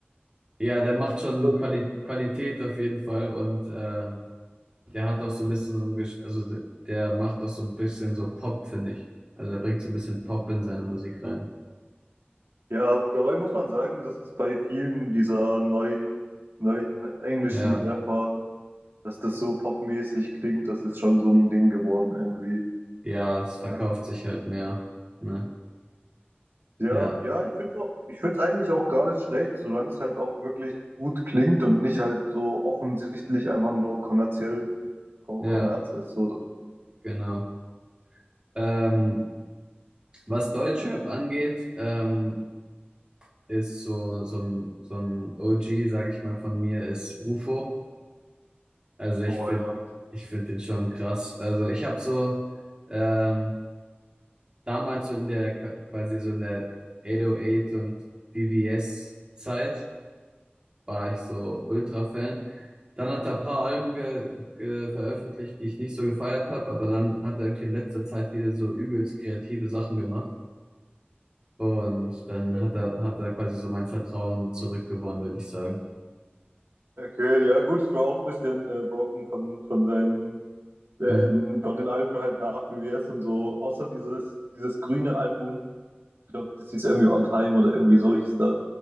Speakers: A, on the right; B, on the right.
A: Ja, der macht schon
B: Also,
A: Quali Qualität auf jeden Fall und äh, der hat doch so ein bisschen so ein, Gesch- also de- der macht doch so ein bisschen so Pop, finde ich. Also er bringt so ein bisschen Pop in seine Musik rein.
B: Ja, dabei muss man sagen, dass es bei vielen dieser neuen, neuen englischen
A: Ja,
B: Rapper dass das so popmäßig klingt, das ist schon so ein Ding geworden irgendwie.
A: ja, es verkauft
B: Ja,
A: sich halt mehr. Ne?
B: ja,
A: Ja,
B: ja ich finde auch, ich finde es eigentlich auch gar nicht schlecht, solange es halt auch wirklich gut klingt und nicht halt so offensichtlich einfach nur kommerziell Kom-
A: ja,
B: Kommerz ist. So.
A: genau. Ähm, was Deutschrap angeht, ähm, ist so so ein so ein OG, sage ich mal, von mir ist UFO. Also ich
B: Boah,
A: finde
B: ja.
A: ich finde den schon krass. Also ich habe so ähm, damals so in der, quasi so in der 808 und VVS-Zeit war ich so Ultra-Fan. Dann hat er ein paar Alben ge ge veröffentlicht, die ich nicht so gefeiert habe, aber dann hat er irgendwie in letzter Zeit wieder so übelst kreative Sachen gemacht. Und dann
B: Ä-
A: hat er, hat er quasi so mein Vertrauen zurückgewonnen, würde ich sagen.
B: Okay, ja gut, ich war auch ein bisschen äh, broken von, von seinen äh,
A: Mhm.
B: ähm, von den Alben halt nach BWS und so, außer dieses, dieses grüne Album, ich glaube, das hieß irgendwie On Time oder irgendwie so hieß das.